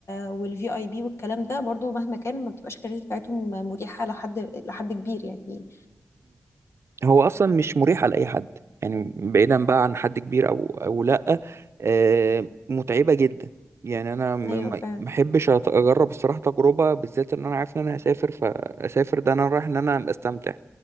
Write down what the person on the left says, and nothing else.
والفي اي بي والكلام ده برضو مهما كان ما بتبقاش الكراسي بتاعتهم مريحة لحد لحد كبير يعني
ايوه
فعلا